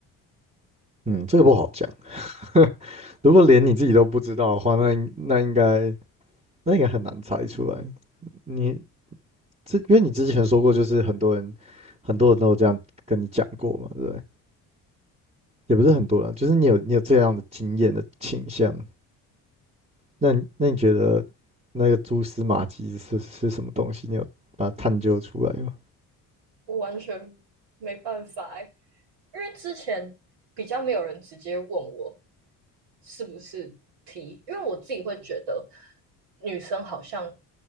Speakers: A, on the right; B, on the right.
A: 嗯，这个不好讲。<laughs> 如果连你自己都不知道的话，那应那应该那应该很难猜出来。你之因为你之前说过，就是很多人很多人都有这样跟你讲过嘛，对不对？也不是很多人，就是你有你有这样的经验的倾向。那你那你觉得那个蛛丝马迹是是什么东西？你有把它探究出来吗？
B: <laughs> 我完全没办法欸，因为之前比较没有人直接问我是不是 T，因为我自己会觉得女生好像